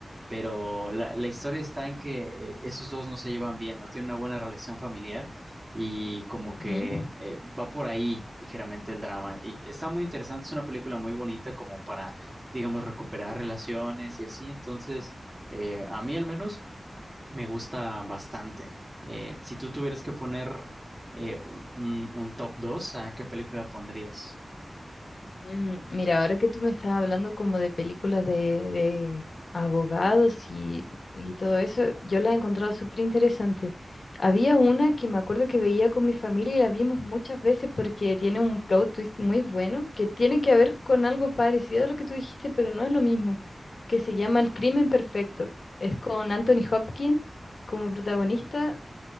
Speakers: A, on the right; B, on the left.
A: pero la, la historia está en que eh, esos dos no se llevan bien, no tienen una buena relación familiar y como
B: Ujú.
A: que eh, va por ahí ligeramente el drama. Y está muy interesante, es una película muy bonita como para, digamos, recuperar relaciones y así. Entonces, eh, a mí al menos me gusta bastante. Eh, si tú tuvieras que poner eh, un, un top 2, ¿a qué película pondrías?
B: Mm, Mira, ahora que tú me estás hablando como de películas de, de abogados y, y todo eso, yo las he encontrado súper interesantes. Había una que me acuerdo que veía con mi familia y la vimos muchas veces porque tiene un plot twist muy bueno que tiene que ver con algo parecido a lo que tú dijiste, pero no es lo mismo, que se llama El Crimen Perfecto. Es con Anthony Hopkins como protagonista